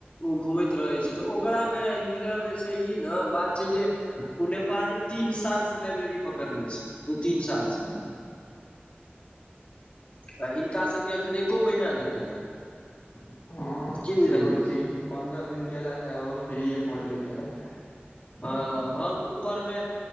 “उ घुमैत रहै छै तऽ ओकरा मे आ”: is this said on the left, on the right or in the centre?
Left